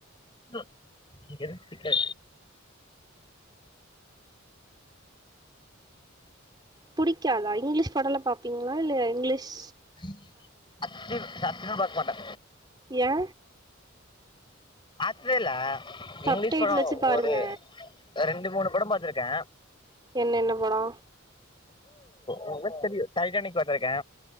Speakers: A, on the left; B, on the right.
A: ஆ <inaudible> சிக்கல
B: புடிக்காதா இங்கிலீஷ் படலோ பாப்பீங்களா இல்ல இங்கிலீஷ்
A: <unintelligible> சினிமா பாக்கமாட்டே
B: எயா
A: பத்ததே இல்ல
B: சப்டைட்டில்
A: இங்கிலீஷ் படம்
B: வச்சு பாருங்க
A: ஒரு ரெண்டு மூணு படம் பாத்திருக் கே
B: என்னென்ன படோ
A: நல்லா தெரியு டைட்டானிக் பாத்தருக்கே